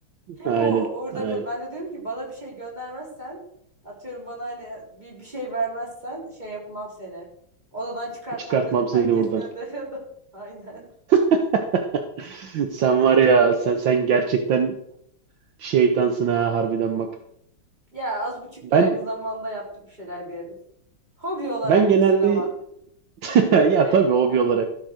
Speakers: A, on the right; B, on the right.
A: Hep
B: Aynen.
A: o, o- orada
B: Aynen.
A: kal. Ben de diyorum ki bana bir şey göndermezsen atıyorum bana hani bir, bir şey vermezsen şey yapmam seni. Odadan çıkartmam
B: Çıkartmam
A: <laughs> diyordum.
B: seni
A: Herkes
B: buradan.
A: gönderiyordu. <laughs> Aynen.
B: <laughs> Sen var ya sen sen gerçekten şeytansın ha harbiden bak.
A: Ya az buçuk
B: Ben
A: yani zamanda yaptık bir şeyler diyelim. Hobi olarak
B: ben genelde
A: düşün ama. Kötü
B: <laughs>
A: niyetli
B: Ya ya
A: değil.
B: tabii hobi olarak.